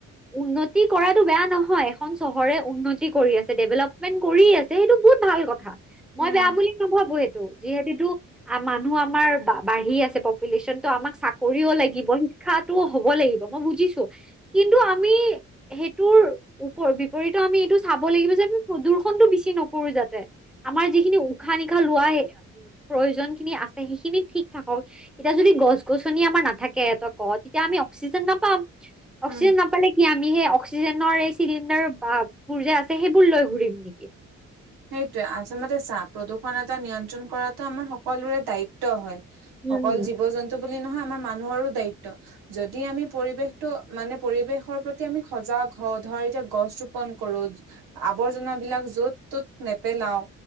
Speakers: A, in the centre; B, on the right.
A: উন্নতি কৰাতটো বেয়া নহয়। এখন চহৰে উন্নতি কৰি আছে, ডেভেলপমেন্ট কৰি আছে সেইটো বহুত ভাল কথা, মই
B: উম
A: বেয়া বুলি নাভাবোঁ সেইটো, যিহেতু মানুহ আমাৰ বা বাঢ়ি আছে, পপুলেশ্যনতো আমাক চাকৰিও লাগিব শিক্ষাতোও হ'ব লাগিব মই বুজিছো। কিন্তু আমি সেইটোৰ ওপৰ বিপৰীতো আমি এইটো চাব লাগিব যে আমি প্ৰদূৰ্ষনটো বেছি নকৰো যাতে। আমাৰ যিখিনি উশাহ-নিশাহ লোৱাই প্ৰয়োজন খিনি আছে সেইখিনি ঠিক থাকক এতিয়া যদি গছ-গছনি আমাৰ নাথাকে তই কওঁ তেতিয়া আমি অক্সিজেন নাপাম।
B: হম
A: অক্সিজেন নাপালে কি আমি সেই অক্সিজেনৰ এই চিলিণ্ডাৰ বা বোৰ যে আছে সেইবোৰ লৈ ঘুৰিম নেকি?
B: সেইতোৱে আচলতে চা প্ৰদূৰ্ষণ এটা নিয়ন্ত্ৰণ কৰাটো আমাৰ সকলোৰে দায়িত্ব হয়।
A: উম,
B: অকল
A: উম,
B: জীৱ জন্তু বুলি নহয় আমাৰ মানুহৰো দায়িত্ব যদি আমি পৰিৱেশটো মানে পৰিৱেশৰ প্ৰতি আমি সজাগ হওঁ ধৰ এতিয়া গছ ৰোপন কৰো আৱৰ্জনাবিলাক য'ত ত'ত নেপেলাওঁ